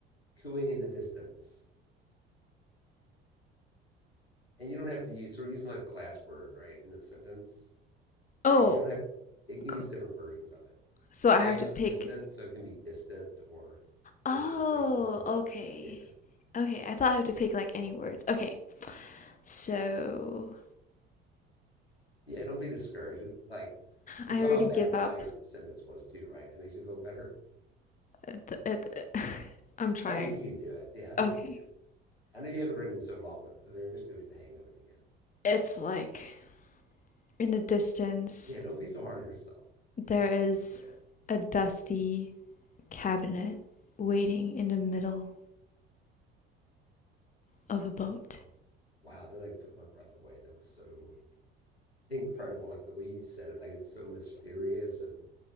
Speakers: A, on the left; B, on the left.
A: cooing in the distance. And you don't have to use, so we're using like the last word, right, in the sentence. And
B: Oh,
A: you don't have, it can
B: c-
A: use different versions of it.
B: so I
A: Like
B: have
A: I use
B: to pick.
A: distance, so it can be distant or
B: Oh,
A: distancing, just some,
B: okay.
A: yeah.
B: Okay, I thought I have to pick like any words. Okay, so
A: Yeah, don't be discouraged. It's like, you
B: I
A: saw
B: already
A: how bad
B: give
A: my
B: up.
A: sentence was too, right? That makes you feel better.
B: at the- at the- <laughs> I'm trying.
A: I think you can do it. Yeah, I think
B: Okay.
A: you can do it. I know you haven't written in so long, but eventually you'll get the hang of it again.
B: It's like in the distance.
A: Yeah, don't be so hard on yourself.
B: There is
A: You're good.
B: a dusty cabinet waiting in the middle of a boat.
A: Wow, that like took my breath away. That was so incredible. Like the way you said it, like it's so mysterious and